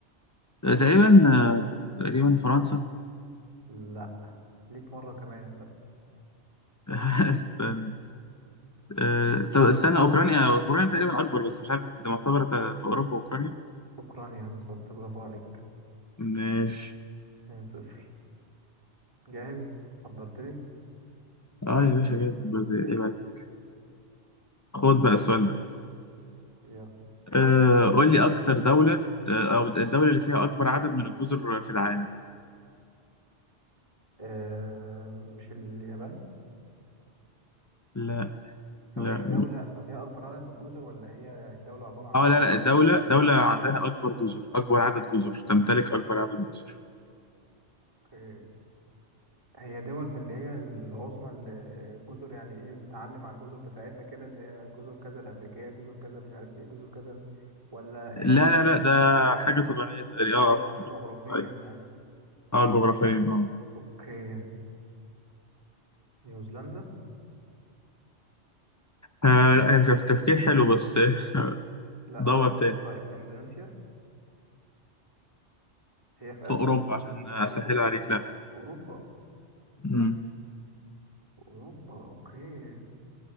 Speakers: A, on the left; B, on the right.
A: آه. تقريبا آه، تقريبا فرنسا
B: لا ليك مرة كمان بس
A: <laughs> استنى آه، طب استنى أوكرانيا أوكرانيا تقريبا أكبر بس مش عارف ده معتبر في أوروبا أوكرانيا
B: أوكرانيا بالظبط برافو عليك
A: ماشي
B: 2-0 جاهز حضرت لي
A: اه يا باشا جاهز برضه، عيب
B: يلا
A: عليك. خد بقى السؤال ده
B: يلا
A: آه، قول لي أكتر دولة آه، أو الدولة اللي فيها أكبر عدد من الجزر في العالم
B: آه مش اليابان
A: لا
B: ثواني
A: لا
B: دولة فيها أكبر عدد من الجزر ولا هي يعني الدولة عبارة عن
A: اه
B: جزر
A: لا لا دولة دولة عندها أكبر جزر أكبر عدد جزر تمتلك أكبر عدد جزر
B: اوكي هي دول من اللي هي العظمى اللي الجزر يعني ايه بتعلم على الجزر بتاعتها كده اللي هي جزر كذا الأمريكية جزر كذا مش عارف ايه جزر كذا ولا
A: لا
B: هي
A: لا لا ده
B: حواليها
A: حاجة طبيعية تقريبا
B: تمتلك
A: اه جزر
B: جغرافيا
A: طبيعية
B: يعني
A: اه جغرافيا اه
B: اوكي نيوزيلندا
A: آه، لا هي شوف، تفكير حلو بس <laughs>
B: لا
A: دور تاني
B: طيب اندونيسيا هي في
A: في
B: آسيا
A: أوروبا عشان أسهل
B: في أوروبا
A: عليك لا
B: في أوروبا
A: مم.
B: في أوروبا اوكي